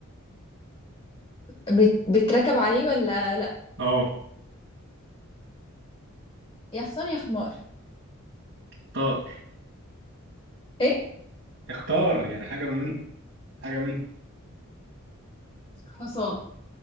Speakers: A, on the left (about 25°); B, on the right (about 65°).
A: بت... بتركب عليه ولا لا
B: اه
A: يا حصان يا حمار
B: اختار
A: ايه
B: اختار يعني حاجة ما منهم حاجة منهم
A: حصان